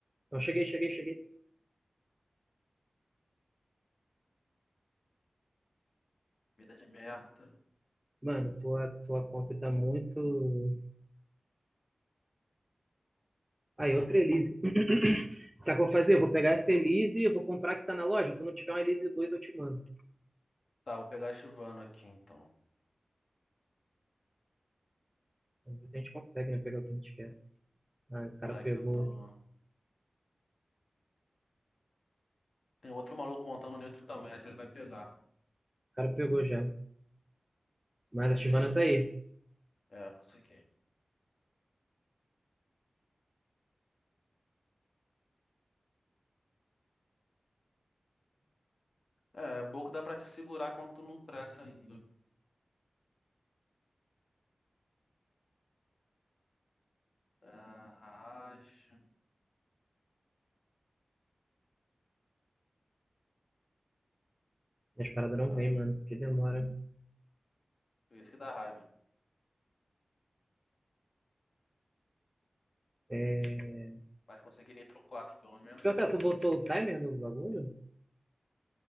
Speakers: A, on the right (about 15°); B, on the left (about 70°).
A: Então cheguei, cheguei, cheguei.
B: Vida de merda.
A: Mano, tua, tua compra tá muito. Aí, outra Elise. Sabe o que eu vou fazer? Eu vou pegar essa Elise, e eu vou comprar a que tá na loja. Quando eu tiver uma Elise 2 eu te mando.
B: Tá, vou pegar a Chivano aqui então.
A: Vamos ver se a gente consegue, né? Pegar o que a gente quer. Ah, o cara
B: É
A: pegou.
B: que eu tô.
A: O
B: Tem outro maluco montando neutro também, acho que ele vai pegar.
A: cara pegou já. Mas
B: Eu
A: a Chivana
B: queria ativar.
A: tá aí.
B: É, consegui. É, é bom que dá pra te segurar quando tu não cresce ainda. Ah, acho.
A: Minhas paradas não
B: Ah,
A: vêm, mano, porque demora.
B: isso que dá raiva.
A: É...
B: Mas consegui nitro 4 pelo menos
A: Pior
B: já tá.
A: que tu botou o timer no bagulho?